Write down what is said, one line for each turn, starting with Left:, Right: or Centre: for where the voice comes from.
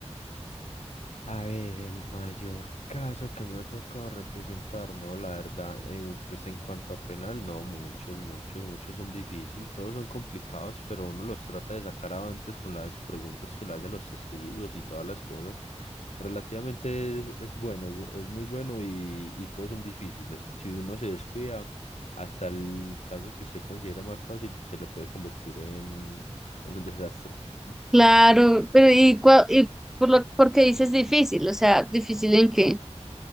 Left: A ver, el mayor caso que me ha tocado representar, no, la verdad, eh, pues en cuanto a penal, no, muchos, muchos, muchos son difíciles, todos son complicados, pero uno los trata de sacar avantes con las preguntas que le hacen los testigos y todas las cosas. Relativamente es, es bueno, es, es muy bueno y, y todos son difíciles. Si uno se descuida, hasta el caso que usted considere más fácil, se le puede convertir en, en un desastre. <laughs>
Centre: Claro, pero y, cua- y por lo porque dices difícil, o sea, difícil en qué.